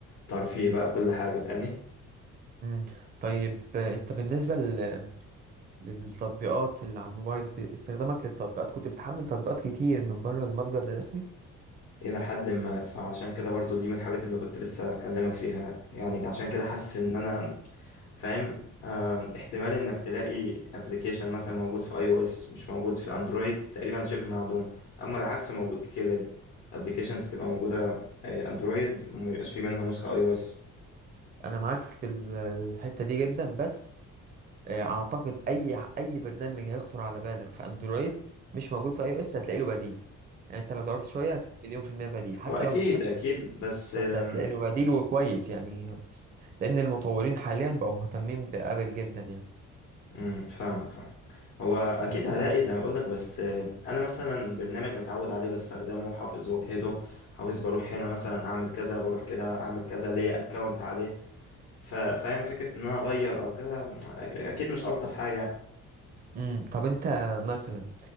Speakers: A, on the left; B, on the right.
A: ترفيه بقى كل حاجة فاهمني
B: مم. طيب آه، انت بالنسبة لل- للتطبيقات اللي على الموبايل ب- استخدامك للتطبيقات كنت بتحمل تطبيقات كتير من بره المتجر الرسمي
A: الى حد ما فعشان كده برضو دي من الحاجات اللي كنت لسه اكلمك فيها يعني عشان كده حاسس ان انا فاهم آم، احتمال انك تلاقي ابلكيشن مثلا موجود في اي او اس مش موجود في اندرويد تقريبا شبه معدوم اما العكس موجود كتير جدا ابلكيشنز تبقى موجودة آه، اندرويد ميبقاش فيه منها نسخة اي او اس
B: انا معاك في ال- الحتة دي جدا بس آه، اعتقد اي ح- اي برنامج هيخطر على بالك في اندرويد مش موجود في اي او اس هتلاقي له بديل يعني انت لو دورت شوية هتلاقي مليون في المية بديل حتى
A: هو اكيد
B: لو مش نفسه
A: اكيد بس آم،
B: بس هتلاقي له بديل وكويس يعني لأن المطورين حاليا بقوا مهتمين بآبل جدا يعني
A: مم، فاهمك فاهم هو اكيد
B: مم.
A: هلاقي زي ما اقولك بس آم، انا مثلا برنامج متعود عليه بستخدمه حافظ واجهده حافظ بروح هنا مثلا اعمل كذا بروح كده اعمل كذا ليا اكونت عليه ف- فاهم فكرة ان انا اغير او كده أك- اكيد مش الطف حاجة
B: مم. طب أنت مثلا